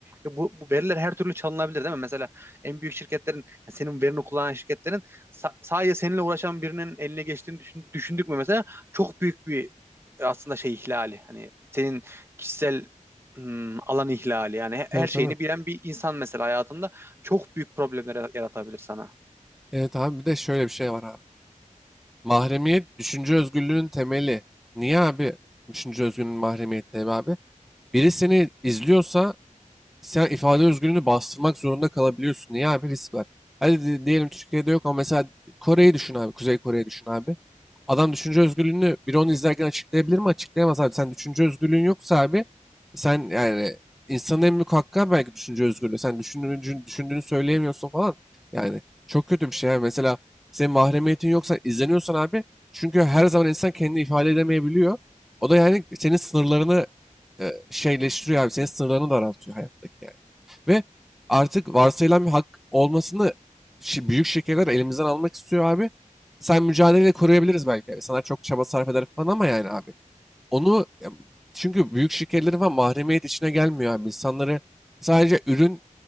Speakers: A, on the right; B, in the centre.
A: Ve bu, bu veriler her türlü çalınabilir değil mi? Mesela en büyük şirketlerin, yani senin verini kullanan şirketlerin sa- sadece seninle uğraşan birinin eline geçtiğini düşün- düşündük mü mesela? Çok büyük bir e, aslında şey ihlali. Hani senin kişisel hmm, alan ihlali. Yani he-
B: Tabii
A: her
B: tabii.
A: şeyini bilen bir insan mesela hayatında çok büyük problemler yaratabilir sana.
B: Evet abi bir de şöyle bir şey var abi. Mahremiyet düşünce özgürlüğünün temeli. Niye abi düşünce özgürlüğünün mahremiyeti abi? Biri seni izliyorsa sen ifade özgürlüğünü bastırmak zorunda kalabiliyorsun. Niye abi? Risk var. Hadi di- diyelim Türkiye'de yok ama mesela Kore'yi düşün abi. Kuzey Kore'yi düşün abi. Adam düşünce özgürlüğünü biri onu izlerken açıklayabilir mi? Açıklayamaz abi. Sen düşünce özgürlüğün yoksa abi sen yani insanın en büyük hakkı abi belki düşünce özgürlüğü. Sen düşündüğünü, düşün- düşündüğünü söyleyemiyorsun falan. Yani çok kötü bir şey abi. Mesela senin mahremiyetin yoksa izleniyorsan abi çünkü her zaman insan kendini ifade edemeyebiliyor. O da yani senin sınırlarını e, şeyleştiriyor abi. Senin sınırlarını daraltıyor hayattaki yani. Ve artık varsayılan bir hak olmasını şi- büyük şirketler elimizden almak istiyor abi. Sen mücadeleyle koruyabiliriz belki. İnsanlar çok çaba sarf eder falan ama yani abi. Onu ya, çünkü büyük şirketlerin falan mahremiyet içine gelmiyor abi. İnsanları sadece ürün